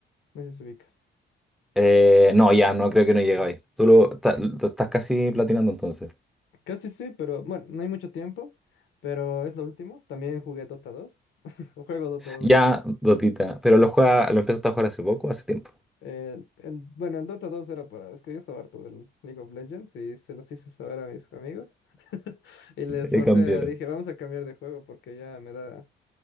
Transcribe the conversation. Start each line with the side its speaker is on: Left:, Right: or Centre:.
Left: No sé si ubicas.
Centre: Eh, no, ya, no creo que no llega ahí. Tú lo, ta- lo estás casi platinando entonces.
Left: Casi sí, pero bueno, no hay mucho tiempo. Pero es lo último. También jugué Dota 2. <laughs> Juego Dota dos.
Centre: Ya, Dotita, pero lo juega, lo empezaste a jugar hace poco, hace tiempo.
Left: El, el- bueno, el Dota 2 era para... Es que yo estaba harto del League of Legends y se los hice saber a mis amigos. <laughs> Y les
Centre: Eh,
Left: forcé,
Centre: cambiaron.
Left: dije, vamos a cambiar de juego porque ya me da